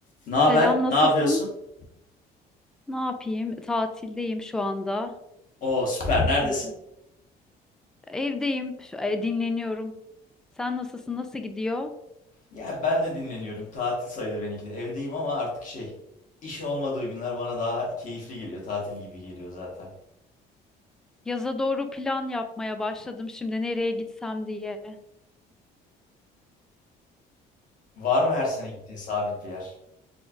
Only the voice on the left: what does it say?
Ne haber?
Ne yapıyorsun?
Oo süper.
Neredesin?
Ya ben de dinleniyorum. Tatil sayılır benimki de. Evdeyim ama artık şey, iş olmadığı günler bana daha keyifli geliyor. Tatil gibi geliyor zaten.
Var mı her sene gittiğin sabit bir yer?